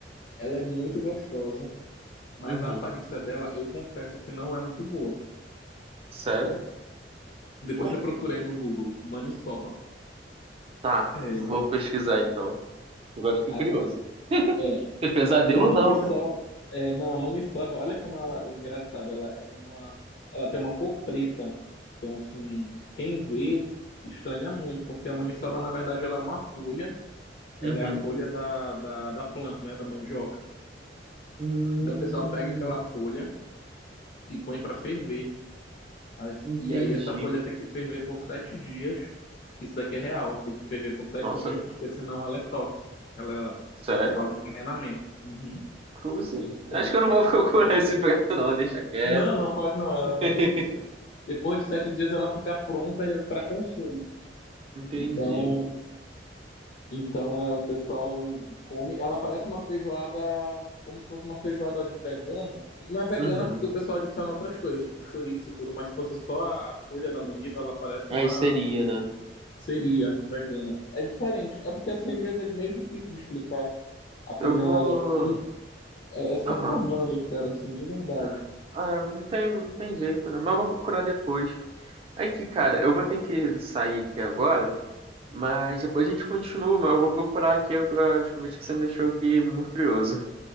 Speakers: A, on the left; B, on the right.
A: ela é muito gostosa. Mas
B: Uhum.
A: a aparência dela, eu confesso que não é muito boa.
B: Sério?
A: Depois
B: Ué,
A: eu procurei no Google, maniçoba.
B: tá.
A: É.
B: Vou pesquisar então. Agora fiquei
A: Aí,
B: curioso.
A: é,
B: Ter pesadelo
A: que a maniçoba.
B: ou não, né?
A: É, não, a maniçoba, olha como ela é engraçada. Ela, ela é uma, ela tem uma cor preta. Então, assim, quem vê estranha muito, porque a maniçoba, na verdade, ela é uma folha. Ela
B: Uhum.
A: é a folha da, da, da planta, né? Da mandioca.
B: Hum,
A: Então, o pessoal pega aquela folha e põe para ferver. As-
B: entendi.
A: E aí essa folha tem que ferver por sete dias. Isso daqui é real, tem que ferver por sete
B: Nossa,
A: dias, porque senão ela é tóxica. Ela,
B: sério?
A: ela causa envenenamento. Uhum.
B: cruze
A: Então,
B: Acho que eu não vou <laughs> procurar esse prato, não. Deixa quieto.
A: não, não pode não, ela
B: <laughs>
A: é uma delícia. Depois de sete dias ela fica pronta para consumo.
B: Entendi.
A: Então, então é, o pessoal come. Ela parece uma feijoada, como se fosse uma feijoada vegana. Não é vegana
B: Uhum.
A: porque o pessoal adiciona outras coisas, tipo chouriço e tudo, mas se fosse só a a folha da maniva, ela parece
B: Aí
A: uma
B: seria, né?
A: Seria vegano. É diferente. É porque assim, às vezes é meio difícil de explicar a culinária
B: Eu vou.
A: daqui. É, é só
B: Aham.
A: provando, cara, assim, de verdade.
B: Ah, ah, não tem, não tem jeito, né? Mas eu vou procurar depois. É que, cara, eu vou ter que sair aqui agora. Mas depois a gente continua, mas eu vou procurar aqui as comidas que você me deixou aqui muito curioso.